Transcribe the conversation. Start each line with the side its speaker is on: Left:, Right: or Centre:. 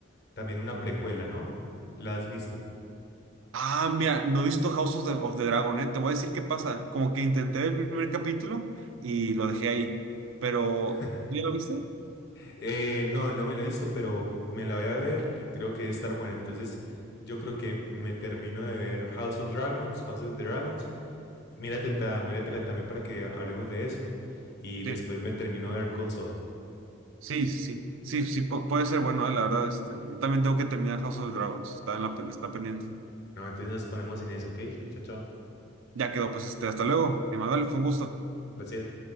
Left: también una precuela, ¿no? ¿La has visto?
Right: Ah, mira, no he visto House of the, of the Dragon, ¿eh? Te voy a decir qué pasa. Como que intenté ver el primer capítulo y lo dejé ahí. Pero,
Left: <laughs>
Right: ¿tú ¿ya lo viste?
Left: Eh, no, no me la he visto, pero me la voy a ver y creo que debe estar buena. Entonces, yo creo que me termino de ver House of Dragons, House of the Dragons, Mírate, ta- míratela también para que hablemos de eso. Y después
Right: Sí,
Left: me termino de ver Cold Soul.
Right: sí, sí. Sí, sí, pu- puede ser bueno, eh, la verdad. Este, yo también tengo que terminar House of the Dragons. Está en la, pen- está pendiente.
Left: No, entonces nos ponemos en eso, ¿ok? Chao, chao.
Right: Ya quedó, pues este, hasta luego. Emanuel, fue un gusto.
Left: Placer.